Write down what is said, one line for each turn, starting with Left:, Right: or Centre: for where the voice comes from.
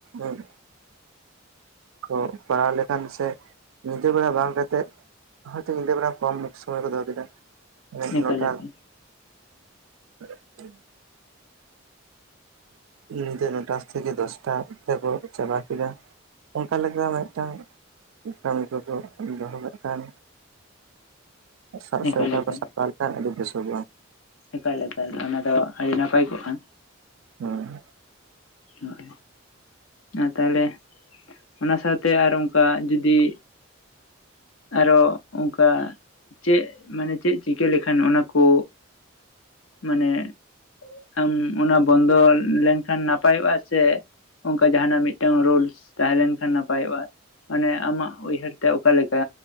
Right: ᱩᱸ ᱠᱚ ᱯᱟᱲᱦᱟᱣ ᱞᱮᱠᱷᱟᱱ ᱥᱮ ᱧᱤᱫᱟᱹ ᱵᱮᱲᱟ ᱵᱟᱝ ᱠᱟᱛᱮᱫ ᱦᱳᱭᱛᱚ ᱧᱤᱫᱟᱹ ᱵᱮᱲᱟ ᱠᱚᱢ <unintelligible> ᱥᱩᱢᱚᱭ ᱠᱚ ᱫᱚᱦᱚ ᱠᱮᱫᱟ᱾ <unintelligible>
Left: ᱮᱠᱟᱞ
Right: ᱱᱚᱴᱟ
Left: ᱮᱠᱟᱞ
Right: <unintelligible> ᱧᱤ ᱧᱤᱫᱟᱹ ᱱᱚᱴᱟᱷ ᱫᱚᱥᱴᱟ ᱛᱮᱠᱚ ᱪᱟᱵᱟ ᱠᱮᱫᱟ᱾ ᱚᱱᱠᱟ ᱞᱮᱠᱟ ᱢᱤᱫᱴᱟᱱ ᱠᱟᱹᱢᱤ ᱠᱚᱫᱚ ᱫᱚᱦᱚ ᱠᱟᱜ ᱠᱷᱟᱱ᱾ <unintelligible>
Left: ᱮᱠᱟᱞ ᱮᱠᱟᱞ
Right: ᱥᱟᱯᱲᱟᱣ ᱟᱹᱰᱤ ᱵᱮᱥ ᱠᱚᱜᱼᱟ ᱾
Left: ᱮᱠᱟᱞ ᱮᱠᱟᱞ ᱚᱱᱟ ᱫᱚ ᱟᱹᱰᱤ ᱱᱟᱯᱟᱭ ᱠᱚᱜᱼᱟ᱾
Right: ᱦᱩᱸ
Left: ᱦᱚᱭ ᱟᱨ ᱛᱟᱦᱚᱞᱮ ᱚᱱᱟ ᱥᱟᱶᱛᱮ ᱟᱨ ᱚᱝᱠᱟ ᱡᱩᱫᱤ ᱟᱨᱚ ᱚᱝᱠᱟ ᱪᱮᱜ ᱢᱟᱱᱮ ᱪᱮᱜ ᱪᱤᱠᱟᱹ ᱞᱮᱠᱷᱟᱱ ᱚᱱᱟᱠᱚ ᱢᱟᱱᱮ ᱟᱢ ᱚᱱᱟ ᱵᱚᱱᱫᱚ ᱞᱮᱱᱠᱷᱟᱱ ᱱᱟᱯᱟᱭᱚᱜᱼᱟ ᱥᱮ ᱚᱝᱠᱟ ᱡᱟᱦᱱᱟᱜ ᱢᱤᱫᱴᱟᱝ ᱨᱳᱞᱥ ᱛᱟᱦᱮᱸ ᱞᱮᱱᱠᱷᱟᱱ ᱱᱟᱯᱟᱭᱚᱜᱼᱟ᱾ ᱢᱟᱱᱮ ᱟᱢᱟᱜ ᱩᱭᱦᱟᱹᱨ ᱛᱮ ᱚᱠᱟᱞᱮᱠᱟ